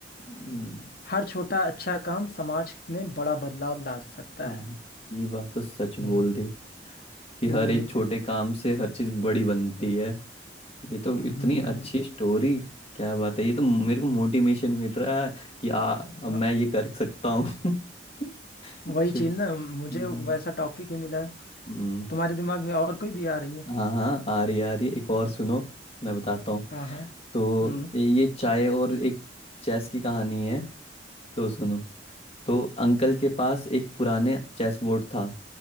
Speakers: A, on the left; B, on the left.
A: हम्म,
B: हर छोटा अच्छा काम समाज में बड़ा बदलाव ला सकता
A: हाँ
B: है
A: ये बात तो सच
B: हम्म
A: बोल दी कि हर
B: हम्म
A: एक छोटे काम से हर चीज़ बड़ी बनती है ये तो
B: हम्म,
A: इतनी अच्छी स्टोरी क्या बात है ये तो मेरे को मोटिवेशन मिल रहा है कि आ अब
B: अ,
A: मैं ये कर सकता हूँ <laughs>
B: वही
A: चलो
B: चीज ना मुझे
A: हम्म
B: वैसा टॉपिक ही मिला है
A: हम्म,
B: तुम्हारे दिमाग में और कोई भी आ रही है
A: हाँ हाँ आ रही आ रही है। एक और सुनो मैं बताता हूँ
B: हाँ हाँ
A: तो
B: हम्म
A: ये ये चाय और एक चेस की कहानी है तो सुनो तो अंकल के पास एक पुराने चेस बोर्ड था